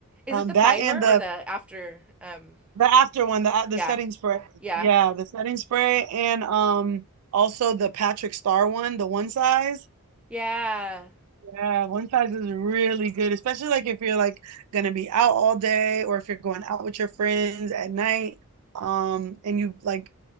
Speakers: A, in the centre; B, on the right.
A: Is
B: Um,
A: it the
B: that
A: primer
B: and the
A: or the after? Um.
B: The after one, the uh, the
A: Yeah.
B: setting spray.
A: Yeah.
B: Yeah, the setting spray and um also the Patrick Star one, the one size.
A: Yeah.
B: Yeah, one size is really good, especially like if you're like gonna be out all day or if you're going out with your friends at night, um, and you like